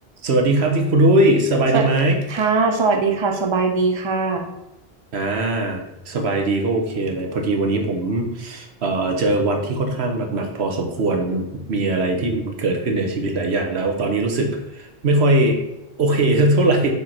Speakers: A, on the right; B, on the right.
A: สวัสดีครับที่คุณดุ้ยสบายดีไหม
B: สวัสค่ะสวัสดีค่ะ สบายดีค่ะ
A: อ่าสบายดีก็โอเคเลยพอดีวันนี้ผมเอ่อเจอวันที่ค่อนข้างหนักๆพอสมควรมีอะไรที่มันเกิดขึ้นในชีวิตหลายอย่างแล้วตอนนี้รู้สึกไม่ค่อยโอเคสักเท่าไหร่